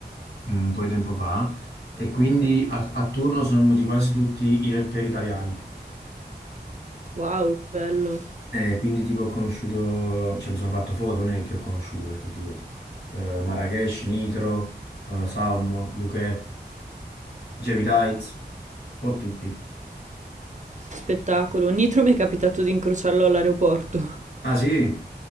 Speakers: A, on the left; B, on the right.
A: mm, un po' di tempo fa e quindi
B: Ok.
A: a, a turno sono venuti quasi tutti i rapper italiani.
B: Wow, che bello.
A: Eh, quindi tipo ho conosciuto, cioè mi sono fatto foto, non è che ho conosciuto perché figurati, eh, Marrakesh, Nitro, eh, Salmo, Luchè, Jamie Tights, un po' tutti.
B: Spettacolo. Nitro mi è capitato di incrociarlo all'aeroporto.
A: Ah
B: <laughs>
A: sì?